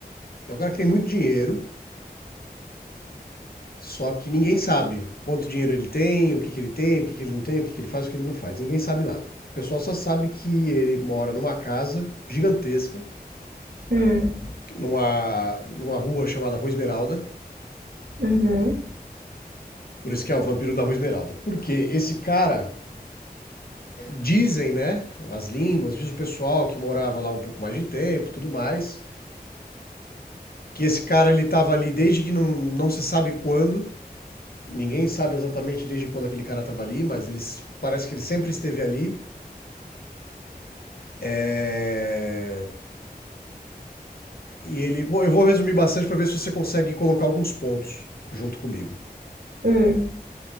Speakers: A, on the left; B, on the right.
A: é um cara que tem muito dinheiro Só que ninguém sabe quanto dinheiro ele tem, o que, que ele tem, o que, que ele não tem, o que, que ele faz, o que ele não faz. Ninguém sabe nada. O pessoal só sabe que ele mora numa casa gigantesca,
B: Hum,
A: numa, numa rua chamada Rua Esmeralda.
B: uhum,
A: Por isso que é o vampiro da Rua Esmeralda. Porque esse cara, dizem, né, as línguas, diz o pessoal que morava lá um pouco mais de tempo e tudo mais, que esse cara ele estava ali desde que não, não se sabe quando. Ninguém sabe exatamente desde quando aquele cara estava ali, mas eles parece que ele sempre esteve ali É, E ele. bom, Eu vou resumir bastante para ver se você consegue colocar alguns pontos junto comigo.
B: hum,